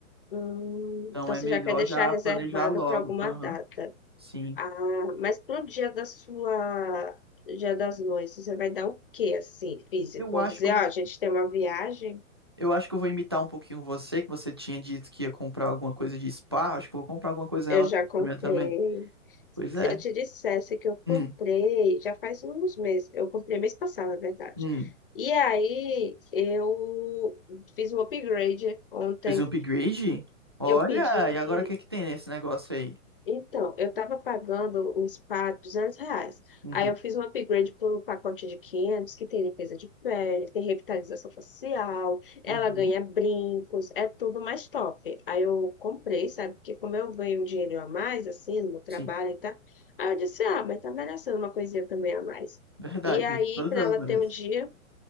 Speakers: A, on the left; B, on the right.
A: hum,
B: Então
A: então,
B: é
A: você
B: melhor
A: já quer deixar
B: já
A: reservado
B: planejar logo.
A: para alguma
B: Aham,
A: data.
B: sim.
A: Ah, mas pro dia da sua, dia das noivas, você vai dar o quê, assim, físico?
B: Eu
A: Vou
B: acho
A: dizer,
B: que eu vou.
A: ó, a gente tem uma viagem,
B: Eu acho que eu vou imitar um pouquinho você, que você tinha dito que ia comprar alguma coisa de spa. Acho que eu vou comprar alguma coisa
A: eu
B: relacionada
A: já comprei.
B: à minha também. Pois
A: Se
B: é.
A: eu te dissesse que eu comprei,
B: Hum,
A: já faz uns meses, eu comprei mês passado, na verdade.
B: hum.
A: E aí, eu fiz um upgrade ontem.
B: Fez um upgrade? Olha,
A: Eu pedi,
B: e agora o que que tem nesse negócio aí?
A: Então, eu estava pagando um spa 200 reais.
B: Uhum,
A: Aí eu fiz um upgrade para um pacote de 500 que tem limpeza de pele, tem revitalização facial, ela
B: uhum.
A: ganha brincos, é tudo mais top. Aí eu comprei, sabe? Porque como eu ganho um dinheiro a mais, assim, no meu trabalho
B: Sim,
A: e tal, aí eu disse, ah, mas tá merecendo uma coisinha também a mais.
B: verdade.
A: E aí,
B: Gente. Todas
A: para
B: elas
A: ela
B: merecem.
A: ter um dia,